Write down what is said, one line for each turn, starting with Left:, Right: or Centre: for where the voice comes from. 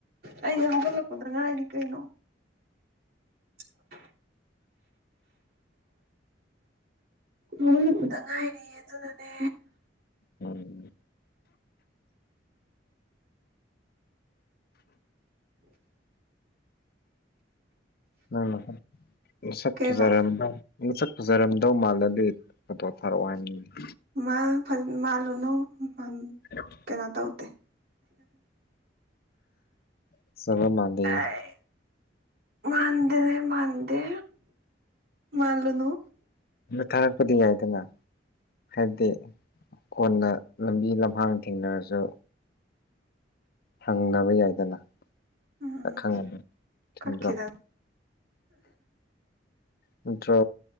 Right: ꯑꯩꯗꯤ ꯍꯧꯒꯠꯂꯛꯄꯗ ꯉꯥꯏꯔꯤ ꯀꯩꯅꯣ꯫ <inaudible> ꯍꯎꯒꯠꯂꯛꯄꯗ ꯉꯥꯏꯔꯤ꯫ ꯌꯦ ꯑꯗꯨꯅꯅꯦ꯫
Left: ꯎꯝ ꯅꯪ ꯅꯁꯛ ꯅꯁꯛ
Right: ꯀꯩꯕ
Left: ꯐꯖꯔꯝꯕꯔꯣ? ꯅꯁꯛ ꯐꯖꯔꯝꯗꯧ ꯃꯥꯜꯂꯗꯤ ꯐꯣꯇꯣ ꯊꯥꯔꯛꯑꯣ ꯍꯥꯏꯝꯅꯤ ꯫
Right: ꯃꯥ ꯐ ꯃꯥꯜꯂꯨꯅꯣ ꯎꯝ ꯫
Left: <inaudible>
Right: ꯀꯩꯅꯣ ꯇꯧꯇꯦ꯫
Left: ꯐꯖꯕ ꯃꯥꯜꯂꯤ
Right: ꯑꯥꯏ ꯃꯥꯥꯟꯗꯔꯦ ꯃꯥꯥꯟꯗꯦ ꯃꯜꯂꯨꯅꯨ꯫
Left: ꯗꯨ ꯊꯥꯔꯛꯄꯗꯤ ꯌꯥꯏꯗꯅ꯫ ꯍꯥꯏꯗꯤ ꯀꯣꯟꯅ ꯂꯝꯕꯤ ꯂꯝꯍꯥꯡ ꯊꯦꯡꯅꯔꯁꯨ ꯍꯪꯅꯕ ꯌꯥꯏꯗꯅ
Right: ꯎꯝ
Left: ꯑꯈꯪ ꯊꯤꯟꯕ꯭ꯔꯣ
Right: ꯀꯛꯈꯤꯗꯅ
Left: ꯅꯇ꯭ꯔꯣ